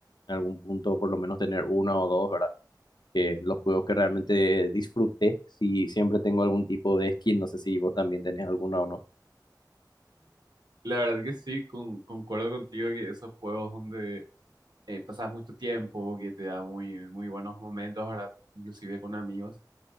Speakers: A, on the left; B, on the right.
A: en algún punto, por lo menos tener una o dos, ¿verdad? Que los juegos que realmente disfruté, si siempre tengo algún tipo de skin, no sé si vos también tenés alguna o no.
B: La verdad que sí, con- concuerdo contigo que esos juegos donde eh, pasas mucho tiempo, que te da muy, muy buenos momentos, ¿verdad? Inclusive con amigos.